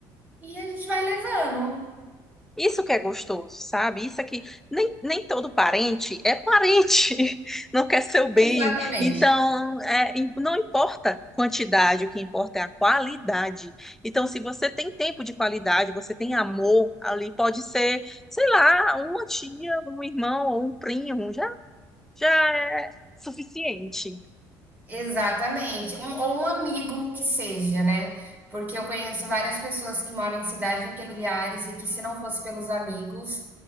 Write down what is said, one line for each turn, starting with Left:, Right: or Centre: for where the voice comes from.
Right: e a gente vai levando.
Centre: Isso que é gostoso, sabe? Isso aqui, nem, nem todo parente é parente, <laughs> não quer seu bem.
Right: Exatamente.
Centre: Então, é, e não importa a quantidade, o que importa é a qualidade. Então, se você tem tempo de qualidade, você tem amor ali, pode ser, sei lá, uma tia, um irmão ou um primo, já, já é suficiente.
Right: Exatamente. Um- ou um amigo que seja, né? Porque eu conheço várias pessoas que moram em cidades familiares e que, se não fosse pelos amigos,